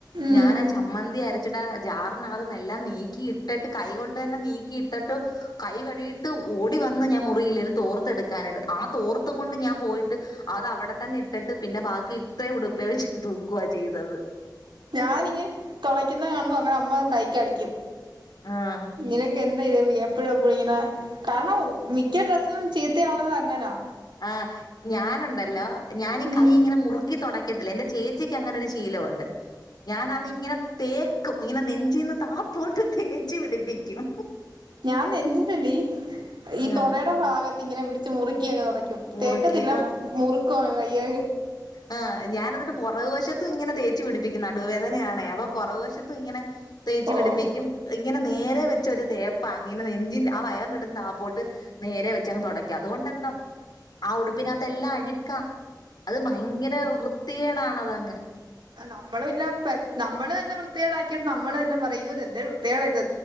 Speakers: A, on the right; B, on the left.
A: ഉം
B: ഞാനാ ചമ്മന്തി അരച്ചിട്ടാ ജാറിന അതന്നെല്ലാം നീക്കിയിട്ടിട്ട് കൈകൊണ്ട് തന്നെ നീക്കിയിട്ടിട്ട് കൈ കഴിയിട്ട് ഓടി വന്ന് ഞാൻ മുറിയില്ല ഒരു തോർത്തെ എടുക്കാനായിട്ട് ആ തോർത്തും കൊണ്ട് ഞാൻ പോയിട്ട് അത് അവിടെ തന്നെ ഇട്ടിട്ട് പിന്നെ ബാക്കി ഇത്ര ഉടുപ്പ വെച്ച് തൂക്കുക ചെയ്തത്
A: ഞാനിങ്ങ തുളയ്ക്കുന്ന കാണുമ്പോ അങ്ങനെ അമ്മ കൈക്കടിക്കും
B: ആഹ്
A: ഇങ്ങനെയൊക്കെ എന്താ ഇത് എപ്പോഴും എപ്പോഴും ഇങ്ങനെ കാരണം മിക്ക ഡ്രസ്സും ചീത്തയാവുന്നത് അങ്ങനാ
B: ആഹ് ഞാനുണ്ടല്ലോ ഞാനീ
A: ഉം
B: കൈ ഇങ്ങനെ മുറുക്കി തുടി ത്തി എൻ്റെ ചേച്ചിക്ക് അങ്ങനൊരു ശീലമുണ്ട് ഞാന അത് ഇങ്ങനെ തേക്കും ഇങ്ങനെ നെഞ്ചീന്ന് താപ്പോട്ട് തേച്ച്പിടിപ്പിക്കും
A: ഞാൻ നെെന്നിട്ടല്ലേ ഈ
B: ആഹ്
A: തൊടയുടെ ഭാഗത്ത് ഇങ്ങനെ പിടിച്ച് മുറുക്കിയൊക്കെ തുടയ്ക്കും
B: മുറുക്കി
A: തേക്കത്തില്ല മുറുക്കുവ വയ്യ
B: ആ ഞാന എന്നിട്ട് പുറവുവശത്തും ഇങ്ങനെ തേച്ചു പിടിപ്പിക്കുന്നു നടുവേദനയാണേ അപ്പൊ പുറവുവശത്തും ഇങ്ങനെ തേച്ച്
A: ഓ
B: പിടിപ്പിക്കും ഇങ്ങനെ നേരെ വെച്ച ഒരു തേപ്പ ഇങ്ങനെ നെഞ്ചിൻ ആഹ് വയറിൻ എടുുന്ന താപോട്ട് നേരെ വെച്ചങ് തുടക്കാം അതുകൊണ്ടന്താ ആഹ് ഉടുപ്പിനകത്തെ എല്ലാം അഴുക്കാം അത് ഭയങ്കര വൃത്തിയേടാണതങ്ങ്
A: നമ്മള ഇല്ല നമ്മള് തന്നെ വൃത്തികള ആാക്കിയിട്ട് നമ്മൾ തന്നെ പറയൂ എന്ത് വൃത്തികൾ ഇത്